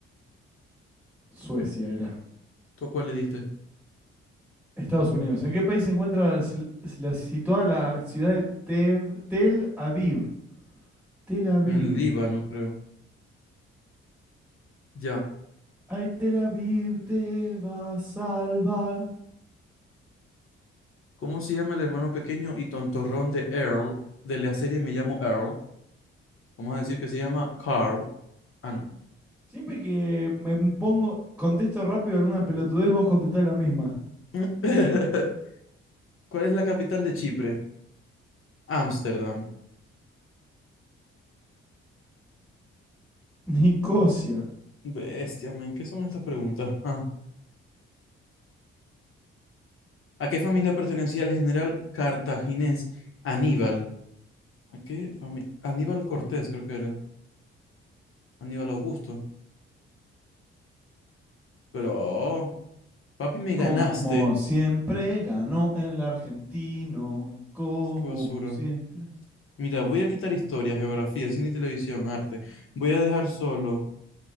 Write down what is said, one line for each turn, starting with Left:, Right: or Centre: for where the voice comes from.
Centre: Suecia era.
Left: ¿Tú a cuál le diste?
Centre: Estados Unidos. ¿En qué país se encuentra la, sil- la situada la ciudad de Te- Tel Aviv? Tel Aviv.
Left: En el Líbano, creo. Ya.
Centre: Ay, Tel Aviv te va a salvar.
Left: ¿Cómo se llama el hermano pequeño y tontorrón de Earl de la serie Me llamo Earl? Vamos a decir que se llama Carl. Ah, no.
Centre: Siempre que me pongo, contesto rápido alguna pelotudez, vos contestás la misma.
Left: <laughs> ¿Cuál es la capital de Chipre? Ámsterdam.
Centre: <laughs> Nicosia.
Left: Bestia, men, ¿qué son estas preguntas? Ah, ¿a qué familia pertenecía el general cartaginés Aníbal? ¿A qué familia? Aníbal Cortés, creo que era. Aníbal Augusto. Pero, oh, papi, me
Centre: Como
Left: ganaste.
Centre: siempre ganó el argentino. Como
Left: Qué basura.
Centre: siempre.
Left: Mira, voy a quitar historia, geografía, cine y televisión, arte. Voy a dejar solo